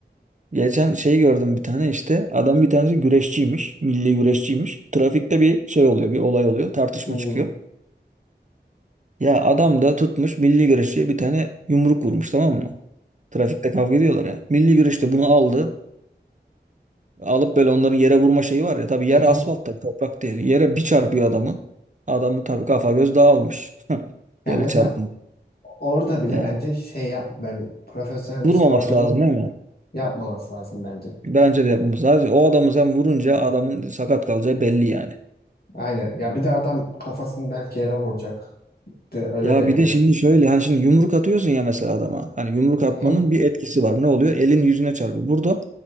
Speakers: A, on the right; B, on the left.
A: geçen şey gördüm bir tane işte. Adam bir tanesi güreşçiymiş. Milli güreşçiymiş. Trafikte bir şey oluyor. Bir olay oluyor. Tartışma
B: Hmm.
A: çıkıyor. Ya adam da tutmuş milli güreşçiye bir tane yumruk vurmuş tamam mı? Trafikte kavga ediyorlar ya. Milli güreşte bunu aldı. Alıp böyle onların yere vurma şeyi var ya. Tabii
B: Hı
A: yer
B: hı.
A: asfalt tabii toprak değil. Yere bir çarpıyor adamı. Adamı tabii kafa göz dağılmış. <laughs>
B: Ya
A: Yere
B: mesela
A: çarpın.
B: orada bile
A: Yani
B: bence şey yap böyle profesyonel
A: vurmaması
B: bir sporcunun
A: lazım değil mi?
B: yapmaması lazım bence.
A: Bence de yapmamız lazım. O adamı sen vurunca adamın sakat kalacağı belli yani.
B: Aynen. Ya bir de adam kafasını belki yere vuracak. De- Öyle
A: Ya
B: de
A: bir
B: bilir.
A: de şimdi şöyle hani şimdi yumruk atıyorsun ya mesela adama. Hani yumruk
B: Hı
A: atmanın
B: hı.
A: bir etkisi var. Ne oluyor? Elin yüzüne çarpıyor. Burada